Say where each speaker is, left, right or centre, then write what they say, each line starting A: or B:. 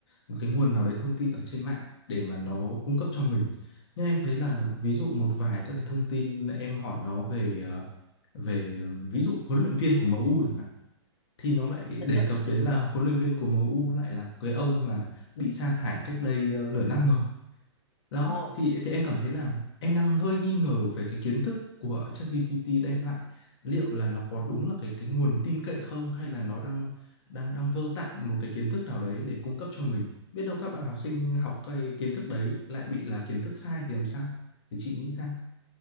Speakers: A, on the left (about 60°); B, on the left (about 80°).
A: một cái nguồn nào đấy thông tin ở trên mạng để mà nó cung cấp cho mình nhưng em thấy là
B: ừ
A: ví dụ một vài các cái thông tin em hỏi nó về ờ, về ờ, ví dụ huấn luyện viên của MU chẳng hạn thì nó lại
B: <laughs>
A: đề cập đến là huấn luyện viên của em U lại là cái ông mà bị sa thải cách đây ờ, nửa năm rồi. Đó,
B: Ồ.
A: thì thì em cảm thấy là em đang hơi nghi ngờ về cái kiến thức của ChatGPT đem lại. Liệu là nó có đúng là cái cái nguồn tin cậy không hay là nó đang đang đang vơ tạm một cái kiến thức nào đấy để cung cấp cho mình. Biết đâu các bạn học sinh học cái kiến thức đấy lại bị là kiến thức sai thì làm sao? Thì chị nghĩ sao